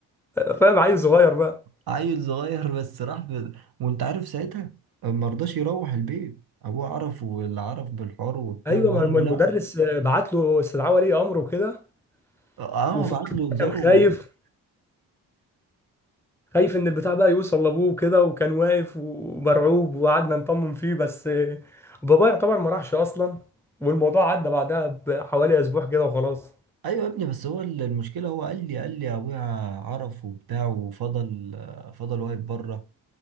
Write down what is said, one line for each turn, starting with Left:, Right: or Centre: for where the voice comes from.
Centre: فاهم عيل صغير بقى
Right: عيل صغير بس راح ب... وانت عارف ساعتها ما رضاش يروح البيت ابوه عرف واللي عرف بالحوار وبتاع
Centre: ايوه
Right: وقال
Centre: ما الم-
Right: له
Centre: المدرس
Right: لا
Centre: آه، بعت له استدعاء ولي امر وكده
Right: اه
Centre: وفضل
Right: بعت له انذار
Centre: كان خايف
Right: و...
Centre: خايف ان البتاع بقى يوصل لابوه وكده وكان واقف ومرعوب وقعدنا نطمن فيه بس آه، بابا يعتبر ما راحش اصلا والموضوع عدى بعدها بحوالي اسبوع كده وخلاص
Right: ايوه يا ابني بس هو ال- المشكله هو قال لي قال لي ابويا عرف وبتاع وفضل آه، فضل واقف بره